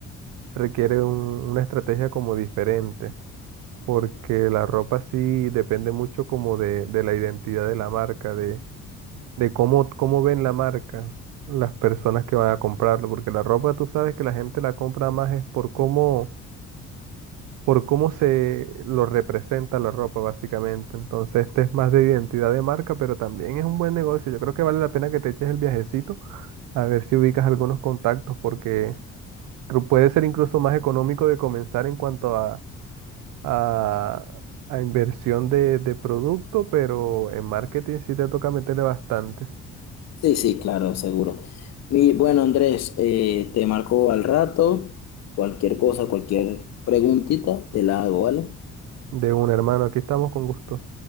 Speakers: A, on the right (about 75°); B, on the left (about 55°).
A: requiere un- una estrategia como diferente, porque la ropa sí depende mucho como de, de la identidad de la marca, de, de cómo, cómo ven la marca las personas que van a comprarlo, porque la ropa tú sabes que la gente la compra más es por cómo, por cómo se lo representa la ropa básicamente. Entonces este es más de identidad de marca, pero también es un buen negocio. Yo creo que vale la pena que te eches el viajecito a ver si ubicas algunos contactos, porque cru- puede ser incluso más económico de comenzar en cuanto a, a, a inversión de, de producto, pero en marketing sí te toca meterle bastante.
B: Sí, sí, claro, seguro. Y bueno, Andrés, eh, te marco al rato. Cualquier cosa, cualquier preguntita, te la hago, ¿vale?
A: De un hermano, aquí estamos con gusto.